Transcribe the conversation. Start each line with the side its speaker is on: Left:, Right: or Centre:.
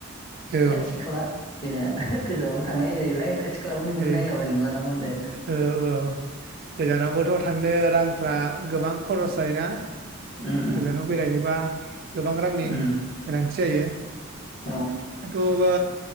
Right: औ
Left: खाथि खाला जोङो होद गोजानावथो थांनाय जाहैबाय खाथि खालाफोरनिखौनो
Right: ओरै
Left: नायला बायनानै लानांगौ आरो।
Right: औ औ गोजानावबोथ' थांनो रांफ्रा ओ गोबां खरस जायोना
Left: उम
Right: गोजानाव बेरायहैबा गोबां रांनि
Left: उम
Right: गोनांथि जायो। दाथ'
Left: उम औ
Right: बा